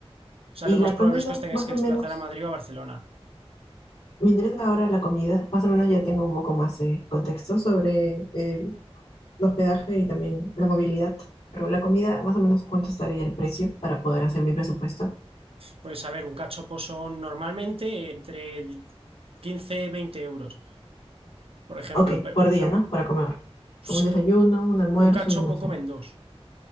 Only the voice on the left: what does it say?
Y
la
comida,
más
o
menos.
Me interesa ahora la comida. Más o menos ya tengo un poco más de contexto sobre el hospedaje y también la movilidad. Pero la comida, más o menos, ¿cuánto estaría el precio para poder hacer mi presupuesto?
Ok,
por día,
¿no? Para comer.
Como un desayuno,
un almuerzo
y una cena.